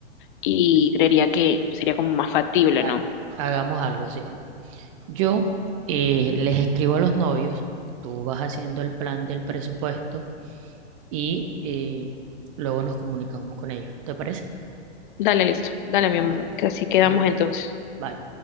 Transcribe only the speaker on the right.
vale,
hagamos algo, cielo. Yo eh, les escribo a los novios, tú vas haciendo el plan del presupuesto y eh, luego nos comunicamos con ellos, ¿te parece?
vale
ah,
vale.